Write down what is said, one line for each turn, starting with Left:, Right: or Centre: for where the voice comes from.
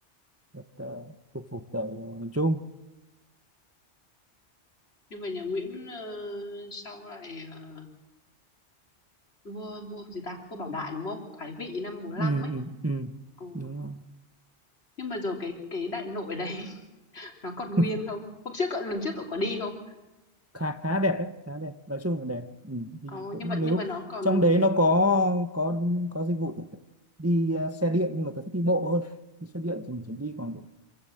Right: uh, phục phục tại ờ, miền Trung
Left: nhưng mà nhà Nguyễn ờ, sau lại ờ, vua vua gì ta? Vua Bảo Đại đúng không? Thoái vị năm bốn lăm
Right: ừ,
Left: ấy.
Right: ừ, ừ.
Left: Ồ.
Right: đúng rồi
Left: Nhưng mà giờ cái cái Đại Nội đấy Nó còn nguyên
Right: <laughs>
Left: không? Hôm trước cậu lần trước cậu có đi không?
Right: khá khá đẹp đấy khá đẹp nói chung là đẹp ừ, đi
Left: Có,
Right: cũng
Left: nhưng mà nhưng
Right: nếu
Left: mà nó còn
Right: trong đấy nó có có có dịch vụ đi ờ, xe điện nhưng mà tôi thích đi bộ hơn đi xe điện thì mình phải đi còn độ